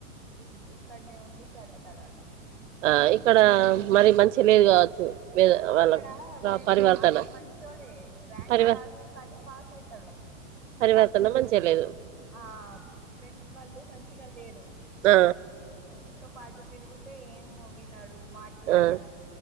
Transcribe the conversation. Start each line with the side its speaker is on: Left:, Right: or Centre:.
Centre: ఇ ఇక్కడనే ఉండి చదువుతాడట
Right: ఆ ఇక్కడ మరి మంచి లేదు కావచ్చు. వేద
Centre: ఇక్కడ
Right: వాళ్ళకు
Centre: ఫ్రెండ్స్
Right: ఆ పరివర్తన
Centre: ఆయన మంచోడే ర్యాంక్
Right: పరివ
Centre: రాదు కానీ పాస్ అయితడు.
Right: పరివర్తన మంచిగలేదు
Centre: ఆ ఫ్రెండ్స్ వాళ్ళు మంచిగ లేరు.
Right: ఆ
Centre: ఫ్రెండ్స్ తో పాటు తిరుగుతే ఏం వినడు మాట్లాడడు
Right: ఆ